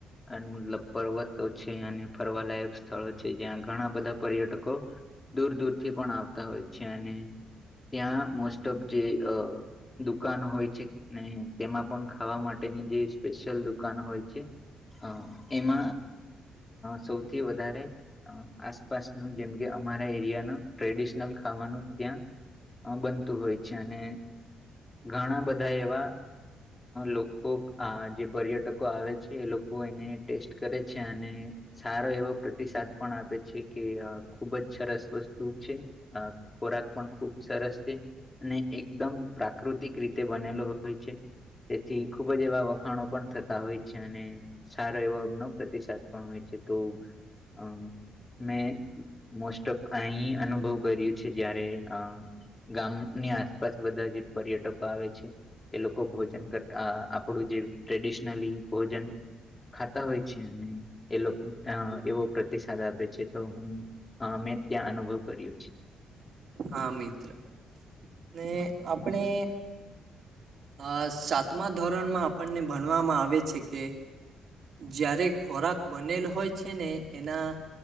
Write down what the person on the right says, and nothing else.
હા મિત્ર ને આપણે અ સાતમા ધોરણમાં આપણને ભણવામાં આવે છે કે જયારે ખોરાક બનેલ હોય છે ને એના